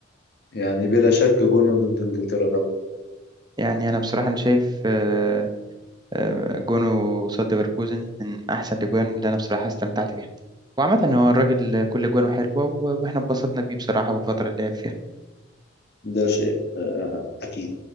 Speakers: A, on the left (about 55°); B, on the right (about 20°).
A: يعني بلا شك جونه ضد انجلترا طبعا
B: يعني أنا بصراحة أنا شايف آه، آه، جونه قصاد ليفركوزن من أحسن الأجوان اللي أنا بصراحة استمتعت بيها وعامة هو الراجل كل جوانه حلوة و- وإحنا اتبسطنا بيه بصراحة والفترة اللي لعب فيها
A: ده شيء آه، اكيد